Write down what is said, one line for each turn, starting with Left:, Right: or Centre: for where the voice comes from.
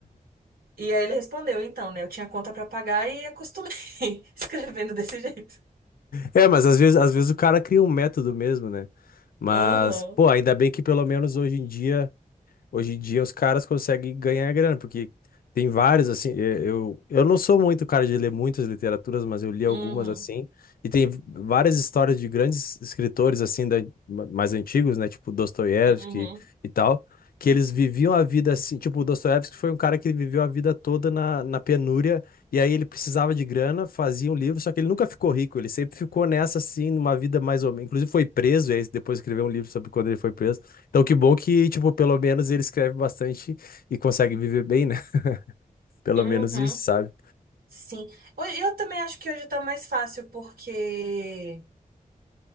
Right: E aí ele respondeu: "Então, né, eu tinha conta pra pagar e acostumei <laughs> escrevendo desse jeito".
Left: É, mas às vezes, às vezes o cara cria um método mesmo, né? Mas,
Right: Aham.
Left: pô, ainda bem que pelo menos hoje em dia. Hoje em dia os caras conseguem ganhar grana, porque tem vários, assim, eh, eu, eu não sou muito cara de ler muitas literaturas, mas eu li algumas,
Right: Uhum.
Left: assim, e tem várias histórias de grandes escritores, assim, da- ma- mais antigos, né, tipo Dostoiévski
Right: Uhum.
Left: e tal, que eles viviam a vida assim, tipo, o Dostoiévski foi um cara que ele viveu a vida toda na, na penúria, e aí ele precisava de grana, fazia um livro, só que ele nunca ficou rico, ele sempre ficou nessa, assim, numa vida mais ou menos, inclusive foi preso, e aí depois escreveu um livro sobre quando ele foi preso, então, que bom que, tipo, pelo menos ele escreve bastante e consegue viver bem, né? <laughs> Pelo
Right: Uhum.
Left: menos isso, sabe?
Right: Sim. Eu eu também acho que hoje tá mais fácil porque